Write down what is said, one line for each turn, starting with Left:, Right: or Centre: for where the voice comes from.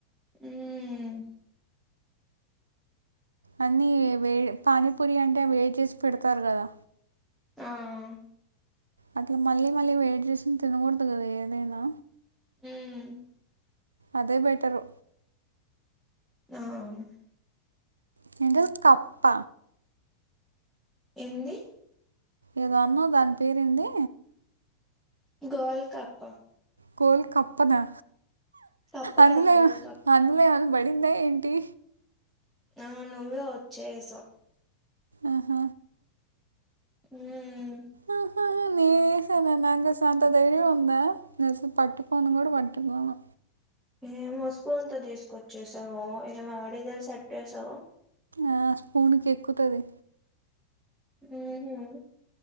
Centre: ఉమ్.
Right: అన్నీ వే వేడ్ పానీపూరి అంటే వేడి చేసి పెడతారు కదా.
Centre: ఆహ్.
Right: అట్లా మళ్ళీ మళ్ళీ వేడి చేసి తినకూడదు కదా ఏదైనా.
Centre: ఉమ్.
Right: అదే బెటరు.
Centre: ఆహ్.
Right: మేంటల్ కప్ప.
Centre: ఏంది.
Right: ఏదో అన్నవ్ దాని పేరేంది.
Centre: గోల్కాప్ప.
Right: కోల్ కప్పనా
Centre: కప్ప కప్ప
Right: అందులో
Centre: కాదు గోల్కప్ప
Right: ఏం అందులో ఏం. మడిందా ఏంటి.
Centre: ఆహ్ నువ్వే వచ్చేసావ్.
Right: ఆహ్.
Centre: ఉమ్.
Right: ఆహ్ ఆహ్ ఏంది. వేసే అంత ధైర్యం ఉందా నేను అసలు పట్టుకోను కూడా పట్టుకోను.
Centre: ఏమో స్పూన్ తో తీసుకొచ్చేసావు ఏమి ఆడిదరు సట్టేసావు.
Right: ఆహ్ స్పూన్ కి ఎక్కుతది.
Centre: ఉమ్.